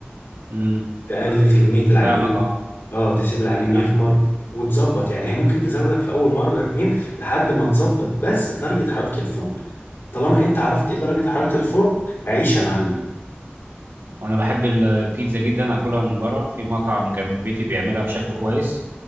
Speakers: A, on the right; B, on the left.
A: مم.
B: تقلل كمية العجين
A: انا فاهمك اه
B: اه
A: مم.
B: تسيب العجين
A: انا فاهمك
B: يخمر وتظبط يعني هي ممكن تزاولك في أول مرة اتنين لحد ما تظبط بس درجة حرارة الفرن طالما أنت عرفت إيه درجة حرارة الفرن عيش يا معلم
A: وانا بحب ال- البيتزا جدا اكلها من بره في مطعم جنب بيتي بيعملها بشكل كويس